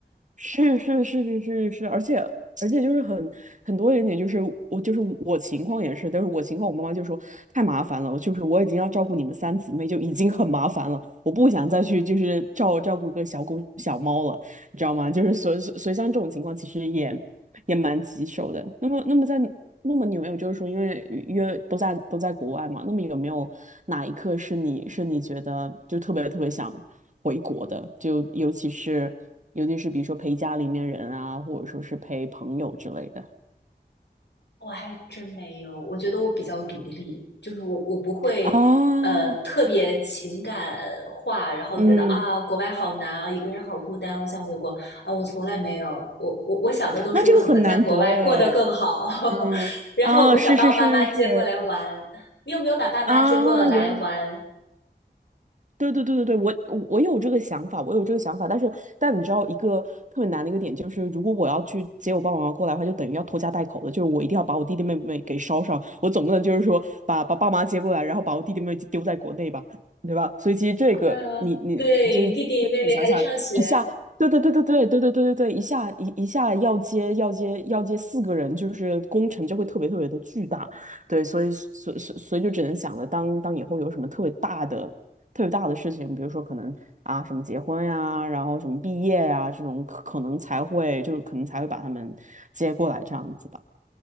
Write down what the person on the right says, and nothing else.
是是是是是是，而且而且就是很很多一点点，就是我就是我情况也是，但是我情况我妈妈就说太麻烦了，我就是我已经要照顾你们三姊妹就已经很麻烦了，我不想再去就是照照顾一个小狗小猫了，你知道吗？就是所以所以像这种情况其实也也蛮棘手的。那么那么在那么你有没有就是说，因为约都在都在国外嘛，那么有没有哪一刻是你是你觉得就特别特别想回国的？就尤其是尤其是比如说陪家里面人啊，或者说是陪朋友之类的。
啊，
嗯，
那这个很难得哎，嗯，
啊，是是是是是，
啊，原对对对对对，我我我有这个想法，我有这个想法，但是但你知道一个特别难的一个点就是，如果我要去接我爸爸妈妈过来的话，就等于要拖家带口的，就是我一定要把我弟弟妹妹给捎上，我总不能就是说把把爸妈接过来，然后把我弟弟妹妹就丢在国内吧，对吧？所以其实这个你你就是对自己想想一下，
对对对对对对对对对对，一下一一下要接要接要接四个人，就是工程就会特别特别的巨大，对，所以所所所以就只能想着当当以后有什么特别大的。特别大的事情，比如说可能啊什么结婚呀，然后什么毕业呀这种可，可能才会就可能才会把他们接过来这样子吧。